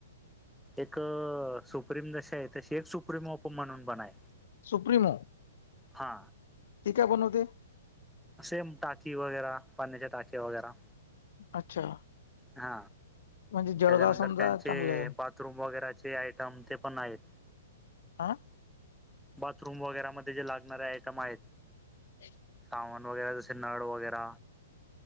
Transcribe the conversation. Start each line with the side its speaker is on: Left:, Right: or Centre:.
Centre: एक सुप्रीम जशी आहे तशी एक सुप्रीमप म्हणून बणाय..
Left: सुप्रिमो...
Centre: हा...
Left: ती काय बनवते...
Centre: सेम टाकी वगैरे पाण्याच्या टाक वगैरे...
Left: अच्छा...
Centre: हा
Left: म्हणजे जळगाव
Centre: त्याच्यानंतर
Left: समजा
Centre: त्यांचे
Left: चांगले आहे.
Centre: बाथरूम वगैरेचे... रमते पण आहेत..
Left: आ...
Centre: बाथरूम वगैरेमध्ये जे लागणारे आयटम आहेत..
Left: ते...
Centre: शवण वगरे जसे नळ वगैरा